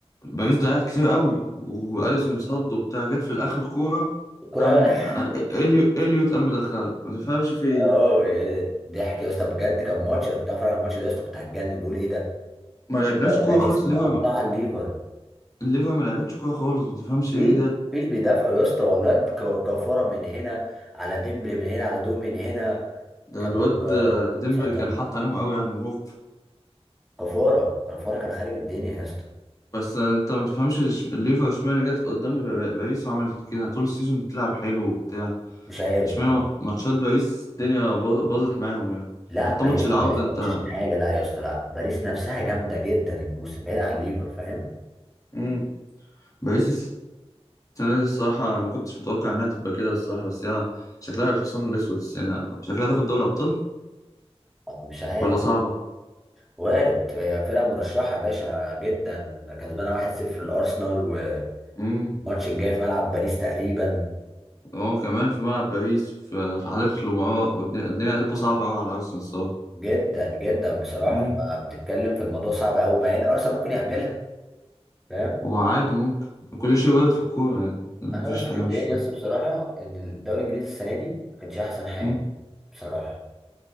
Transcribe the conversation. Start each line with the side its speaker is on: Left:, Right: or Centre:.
Left: باريس ضيعت كتير قوي واليسون صد وبتاع جت في الاخر كورة
Centre: الكره
Left: ام
Centre: <laughs>
Left: آه، إليو- اليوت ام مدخلها ما تفهمش في ايه
Centre: اه ضحك يا اسطى بجد كان ماتش انا كنت هتفرج على الماتش ده يا اسطى كنت هتجنن بقول ايه ده
Left: ما لعبناش
Centre: ده
Left: كورة
Centre: باريس
Left: خالص ليفر
Centre: مقطعه الليفر
Left: الليفر ما لعبتش كورة خالص ما تفهمش
Centre: ايه
Left: ايه ده
Centre: مفيش بيدافعوا يا اسطى واولاد ك- كفاره من هنا على ديمبلي من هنا على دو من هنا
Left: ده
Centre: كانوا
Left: الواد
Centre: آه،
Left: آه، ديمبلي
Centre: مسيطرين
Left: كان حاط عليهم قوي يعني هو
Centre: كفاره كفاره كان خارب الدنيا يا اسطى
Left: بس انت ما تفهمش اش- الليفر اشمعنى جت قدام الب- باريس وعملت كده طول السيزون بتلعب حلو وبتاع
Centre: مش عارف
Left: اشمعنى
Centre: بصراحة.
Left: مات- ماتشات باريس الدنيا باظ- باظت معاهم يعني
Centre: لا
Left: حتى
Centre: باريس
Left: ماتش العودة
Centre: لا يا اسطى
Left: انت
Centre: مش عشان حاجه لا يا اسطى لا باريس نفسها جامده جدا الموسم بعيد عن ليفر فاهم
Left: مم. باريس السنة دي الصراحة انا ما كنتش متوقع انها تبقى كده الصراحة بس هي شكلها الحصان الاسود السنة دي شكلها تاخد دوري ابطال
Centre: آه، مش عارف
Left: ولا صعبة
Centre: وارد هي فرقه مرشحه يا باشا جدا كسبانه 1-0 الارسنال والماتش
Left: امم
Centre: الجاي في ملعب باريس تقريبا
Left: اه كمان في ملعب باريس في في حديقة الامراء والدنيا الدنيا هتبقى صعبة قوي على ارسنال الصراحة
Centre: جدا جدا بصراحه
Left: امم
Centre: فبتتكلم في الموضوع صعب قوي مع ان ارسنال ممكن يعملها فاهم
Left: هو عادي ممكن كل شيء وارد في الكورة يعني مفيش
Centre: انا بس
Left: حاجة
Centre: اللي مضايقني
Left: مش
Centre: بس بصراحه ان الدوري الانجليزي السنه دي ما كانش احسن حاجه
Left: فاهم
Centre: بصراحه